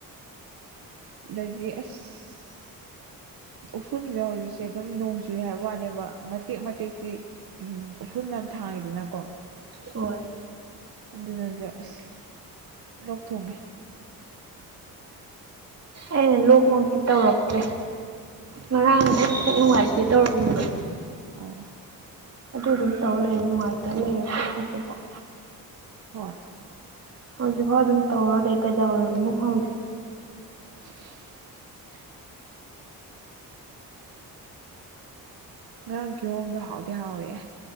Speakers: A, on the right; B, on the right.
A: ꯑꯗꯒꯤ ꯑꯁ
B: <unintelligible>
A: ꯎꯐꯨꯜꯗꯣ ꯍꯧꯖꯤꯛꯁꯦ ꯑꯗꯨꯝ ꯅꯣꯡ ꯆꯨꯏ ꯍꯥꯏꯕ ꯋꯥꯅꯦꯕ ꯃꯇꯦꯛ ꯃꯇꯦꯛꯇꯤ ꯎꯝ ꯎꯐꯨꯟ ꯌꯥꯝ ꯊꯥꯡꯉꯤꯗꯅꯀꯣ
B: ꯍꯣꯏ
A: ꯑꯗꯨꯅꯖꯨ ꯑꯁ ꯂꯣꯛ ꯊꯨꯡꯉꯦ
B: ꯑꯩꯅ ꯂꯣꯛꯃꯛꯇꯤ ꯇꯧꯔꯛꯇ꯭ꯔꯦ ꯉꯔꯥꯡ ꯑꯩꯅ ꯄꯨꯛ ꯅꯨꯡꯉꯥꯏꯇꯦ ꯇꯧꯔꯝꯕꯗꯣ
A: ꯑꯣ
B: ꯑꯗꯨ ꯑꯗꯨꯝ ꯇꯧꯔ ꯂꯩꯔꯦ ꯅꯨꯡꯉꯥꯏꯇ ꯂꯩꯔꯦ ꯍꯧꯖꯤꯛꯐꯥꯎ
A: ꯍꯣꯏ
B: ꯍꯧꯖꯤꯛꯐꯥꯎ ꯑꯗꯨꯝ ꯇꯧꯔ ꯂꯩ ꯀꯩꯗꯧꯔꯕꯅ ꯈꯪꯗ꯭ꯔꯦ
A: <unintelligible> ꯉꯔꯥꯡ ꯀꯤꯍꯣꯝꯗꯣ ꯍꯥꯎꯗꯤ ꯍꯥꯎꯏꯍꯦ